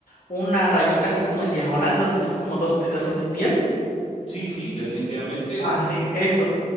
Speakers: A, on the left; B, on the left.
A: una rayita así como en diagonal, donde son como dos pedazos de piel.
B: Sí, sí, definitivamente
A: Ah, sí, eso.